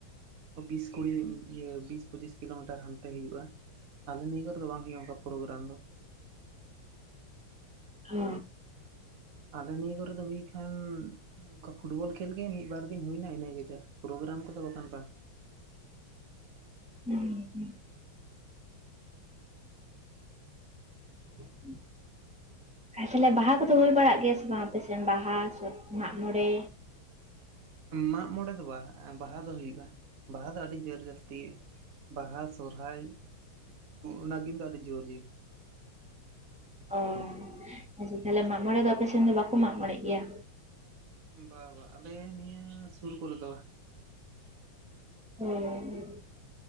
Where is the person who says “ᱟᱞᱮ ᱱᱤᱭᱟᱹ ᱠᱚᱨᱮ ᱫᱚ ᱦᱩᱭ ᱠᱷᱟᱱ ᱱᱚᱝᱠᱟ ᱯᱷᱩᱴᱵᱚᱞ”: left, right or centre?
Right